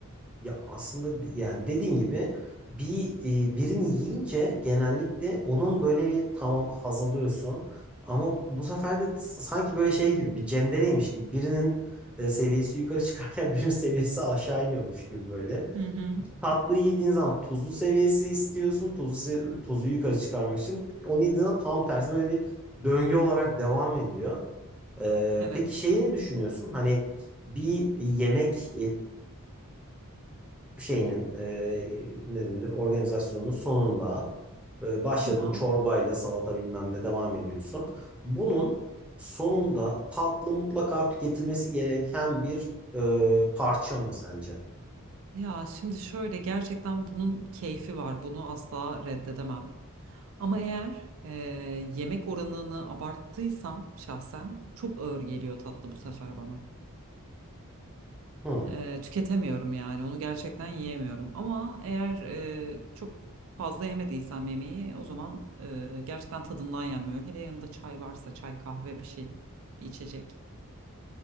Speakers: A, in the centre; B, on the right.
A: Ya aslında yani dediğin gibi bir e, birini yiyince genellikle onun böyle bir tamam haz alıyorsun ama bu sefer de sanki böyle şey gibi bir cendereymiş gibi birinin e, seviyesi yukarı çıkarken <laughs> birinin seviyesi aşağı iniyormuş gibi böyle.
B: Hı hı.
A: Tatlıyı yediğin zaman tuzlu seviyesi istiyorsun. Tuzlu se- tuzu yukarı çıkarmak için. Onu yediğin zaman tam tersi böyle bir döngü olarak devam ediyor. Ee,
B: Evet.
A: peki şeyi ne düşünüyorsun? Hani bir yemek şeyinin e, ne denir organizasyonun sonunda e, başladığın
B: Tamam.
A: çorbayla salata bilmem ne devam ediyorsun. Bunun sonunda tatlı mutlaka tüketilmesi gereken bir e, parça mı sence?
B: Ya şimdi şöyle gerçekten bunun keyfi var. Bunu asla reddedemem. Ama eğer e, yemek oranını abarttıysam şahsen çok ağır geliyor tatlı bu sefer bana.
A: Hı.
B: e, tüketemiyorum yani onu gerçekten yiyemiyorum ama eğer e, çok fazla yemediysem yemeği o zaman e, gerçekten tadından yenmiyor. Hele yanında çay varsa çay kahve bir şey bir içecek.